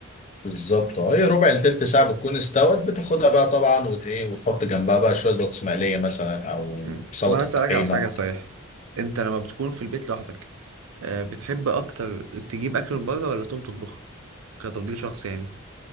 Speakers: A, on the left; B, on the right.
A: فبالظبط اه هي ربع لتلت ساعه بتكون استوت بتاخدها بقى طبعا وت ايه وتحط جنبها بقى شويه بطاطس مقليه مثلا او
B: مم.
A: سلطه
B: طب انا اسالك
A: طحينه
B: على حاجه صحيح انت لما بتكون في البيت لوحدك آه، بتحب اكتر تجيب اكل من بره ولا تقوم تطبخه كتفضيل شخصي يعني